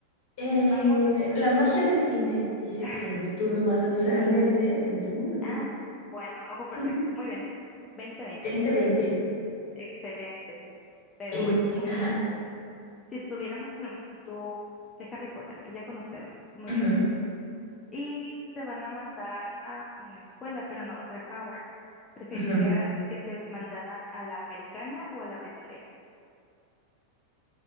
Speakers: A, on the left (about 50°); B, on the left (about 20°).
A: Eh,
B: vamos.
A: la magia del cine dice
B: <laughs>
A: que tú no vas a usar <laughs> lentes en ese mundo.
B: Ah, bueno, ojo perfecto,
A: <laughs>
B: muy bien. Veinte, veinte,
A: Veinte veinte.
B: excelente, pero
A: Eh,
B: bueno, muy
A: ajá.
B: bien. si estuviéramos en el mundo de Harry Potter, que ya conocemos, muy
A: Ujú,
B: bien. Y te van a mandar a una escuela, pero no va a ser Hogwarts. ¿Preferirías
A: ujú.
B: que te mandaran a la americana o a la brasileña?